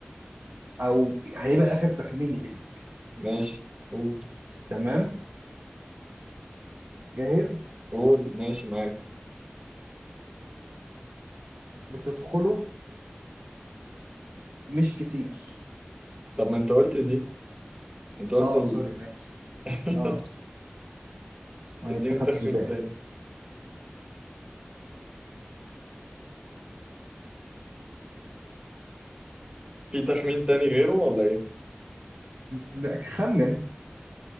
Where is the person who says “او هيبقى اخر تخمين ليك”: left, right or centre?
Right